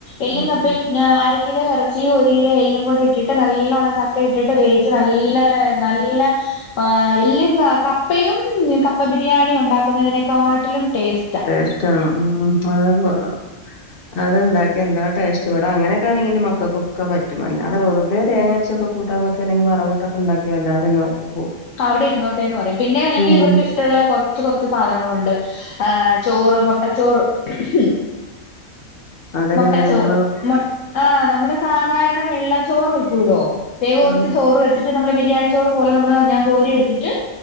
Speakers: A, on the left (about 65°); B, on the left (about 45°).
A: എല്ലും
B: ഉം
A: കപ്പിം ഞാര് കിലോ എറച്ചിയും ഒരിലോ എല്ലും കൂടി ഇട്ടിട്ട് നല്ലോണം ചക്കെ ഇട്ടിട്ട് വേവിച്ച് നല്ലാ നല്ല ആ എല്ലും ക കപ്പയും കപ്പ ബിരിയാണി ഉണ്ടാക്കുന്നതിനെക്കാട്ടിലും ട്ടേസ്
B: ട്ടേസ്റ്റാണ് ഉം ആ അ. അത്ണ്ടാക്ക്യ ന്താ ടേസ്റ്റ് വ്ടെ അങ്ങനെക്കെണെങ്കിലും മക്കക്കൊക്ക പറ്റും അല്ലാതെ വെറ്തെ തേങ്ങരച്ചൊക്കെ കൂട്ടാം വെക്കാനങ്കി വറവ്ട്ടൊക്കെണ്ടാക്കിയ വല്ലാരു നോർക്കു.
A: അവിടെ ഇര്ന്നോട്ടെന്ന് പറിയും ട്ടിന്നെ അല്ലങ്കില്
B: ഉം
A: ഇവർക്ക് ഇഷ് ട്ടള്ളെ കൊറച്ച് കൊറച്ച് സാധനങ്ങളുണ്ട് ഏ ചോറ് മുട്ടച്ചോറ് ഉം.
B: അതെങ്ങനെ
A: മൊട്ട ചോറ്
B: നമ്മള്
A: മൊ ആഹ് നമ്മള് സാധാരണ വെള്ളച്ചോറ് വെക്ക്യൂലോ പേവ്
B: ഉം
A: കൊറച്ച് ചോറ് വെ ച്ചിട്ട് നമ്മള് ബിരിയാണി ച്ചോറ് പോലെ നമ്മള് ഞാൻ കോരിയെട്ത്തിട്ട്